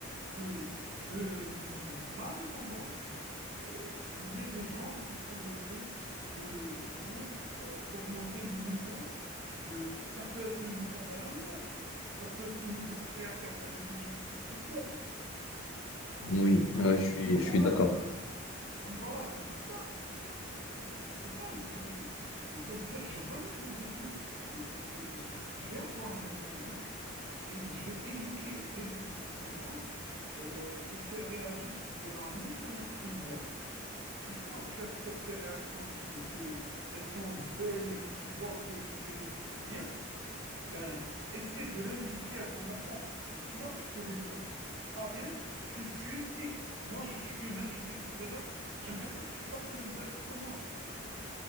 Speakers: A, on the right; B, on the left.
A: que de ma descendance, euh, il y ait des gens qui font des trucs que, qui vont euh, augmenter le niveau de... Ça peut être le nouveau Elon Musk. Ça peut être le nouveau créateur de l'intelligence artificielle.
B: Oui,
A: Donc,
B: euh, je suis,
A: donc
B: je
A: voilà,
B: suis d'accord.
A: donc voilà, c'est pour ça, c'est pour ça qu'il qu'il- qu'il faut pas hésiter. Il faut se dire, je relève le défi et, et- et je, je vais avoir une descendance et je vais éduquer et élever cette descendance euh, pour qu'elle réagisse de la même manière que moi. Si toi, tu acceptes tes réactions et que elles sont belles et que tu vois que tu fais des trucs bien, ben, essaie de l'inculquer à ton enfant. Et si tu vois que tu fais des trucs pas bien, tu, tu expliques. Moi, je suis humain, je fais des erreurs. J'aimerais pas que tu fasses les mêmes erreurs que moi.